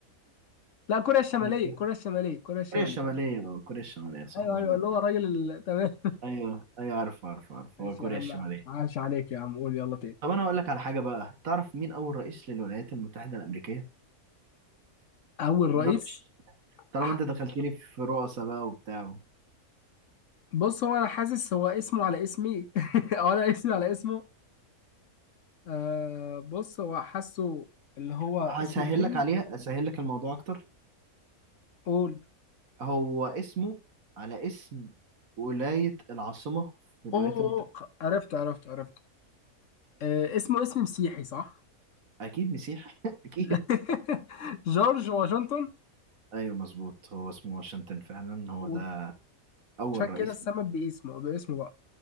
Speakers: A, on the left (about 60°); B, on the right (about 65°).
A: لا كوريا الشمالية
B: يعني
A: كوريا الشمالية كوريا الشمالية
B: كوريا الشمالية أو كوريا الشمالية صح
A: ايوه
B: مظبوط
A: ايوه اللي هو الراجل ال... تمام
B: أيوه أيوه عارف عارف
A: <laughs>
B: عارف
A: ماشي
B: هو كوريا
A: يا عم
B: الشمالية
A: عاش عليك يا عم قول يلا تاني
B: طب أنا هقول لك على حاجة بقى تعرف مين أول رئيس للولايات المتحدة الأمريكية؟
A: اول رئيس
B: ده مش طالما
A: ح-
B: أنت دخلتني في رؤساء بقى وبتاع
A: بص هو انا حاسس هو اسمه على اسمي <laughs> او انا اسمي على اسمه آه بص هو حاسه اللي هو اسمه
B: هسهل
A: جيمي
B: لك عليها أسهل لك الموضوع أكتر
A: قول
B: هو اسمه على اسم ولاية العاصمة في الولايات
A: اوه أوه،
B: المتحدة
A: خ- عرفت عرفت عرفت آه اسمه اسم مسيحي صح
B: أكيد مسيح <laughs> أكيد
A: <laughs> جورج واشنطن
B: أيوه مظبوط هو اسمه واشنطن فعلا هو
A: وعشان
B: ده أول رئيس
A: كده اتسمى باسمه باسمه بقى